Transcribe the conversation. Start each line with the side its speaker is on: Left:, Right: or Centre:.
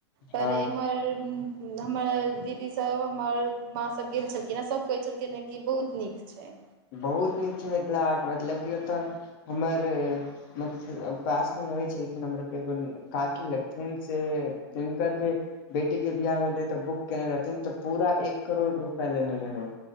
Right: पर
Left: हँ
Right: एम्हर हमर दीदी सभ हमर माँ सभ गेल छलखिन हेँ सभ कहै छलखिन हँ कि बहुत निक। ठीक छै।
Left: बहुत निक छै, मिथिलाहार मतलब कि ओतय हमर। मतलब पास मे रहै छलखिन हमर एगो काकी लगथिन से। तऽ हिनकर जे बेटीके बियाह भेलै तऽ बुक। केने रहथिन तऽ पूरा एक करोड़ रुपया लेने रहै।